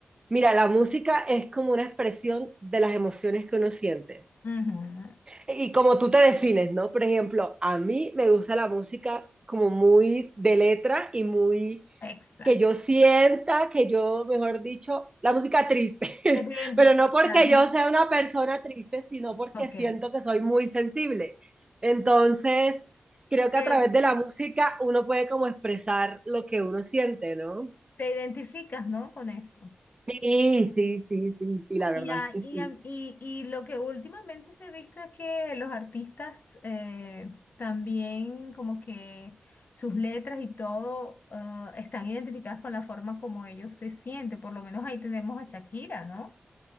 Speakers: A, on the right; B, on the left.
A: Mira, la música es como una expresión de las emociones que uno siente.
B: Ujú,
A: Y como tú te defines, ¿no? Por ejemplo, a mí me gusta la música como muy de letra y muy
B: Exacto.
A: que yo sienta, que yo, mejor dicho, la música triste, <laughs>
B: Que te identificas,
A: pero no porque
B: <laughs>
A: yo sea una persona triste, sino porque
B: ok.
A: siento que soy muy sensible. Entonces, creo que
B: Te
A: a
B: identi-
A: través de la música uno puede como expresar lo que uno siente, ¿no?
B: te identificas, ¿no? Con eso.
A: Sí, sí, sí, sí, sí, la verdad
B: Y, a-
A: es que
B: y,
A: sí.
B: a- y- y lo que últimamente se ha visto es que los artistas eh, también como que sus letras y todo ah, están identificadas con la forma como ellos se sienten. Por lo menos ahí tenemos a Shakira, ¿no?